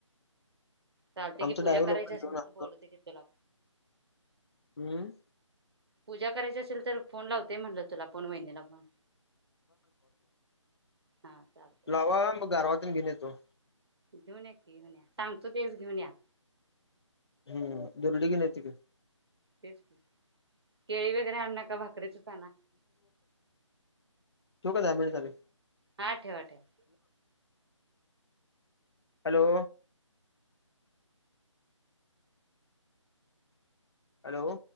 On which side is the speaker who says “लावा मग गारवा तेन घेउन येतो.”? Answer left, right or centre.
Left